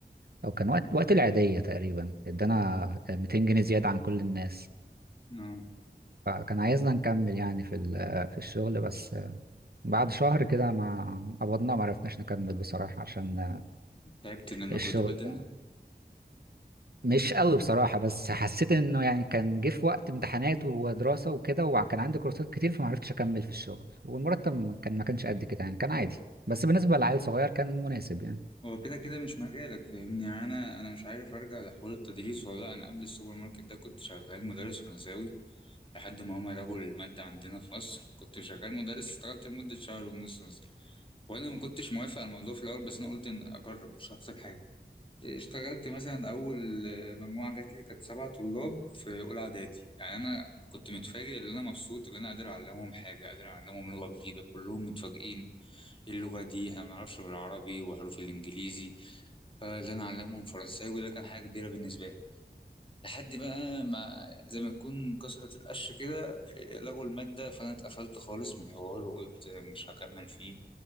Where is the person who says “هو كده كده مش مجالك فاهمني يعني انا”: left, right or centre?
Left